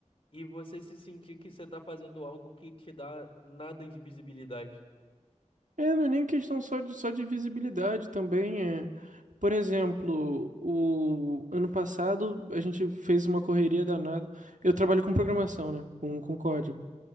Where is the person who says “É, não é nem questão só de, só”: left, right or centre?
Right